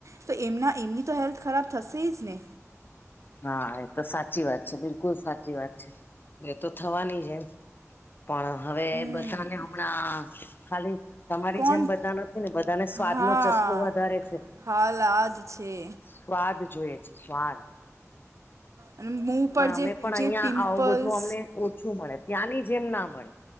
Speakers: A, on the right; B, on the left.
A: તો એમના એમની તો હેલ્થ ખરાબ થસેજ ને
B: હા એ તો સાચી વાત છે. બિલકુલ સાચી વાત છે. એ તો થવાની જ એમ પણ હવે
A: હમ
B: બધાને હમણાં ખાલી તમારી
A: કોણ
B: જેમ બધા નથી ને બધાને સ્વાદ
A: હા
B: નો ચસ્કો વધારે છે.
A: હાલ આ જ છે
B: સ્વાદ જોય છે સ્વાદ
A: અને મું પર
B: પણ
A: જે
B: અમે પણ
A: જે
B: અહિયાં
A: પિમ્પલ્સ
B: આવું બધું અમને ઓછું મળે ત્યાંની જેમ ના મળે.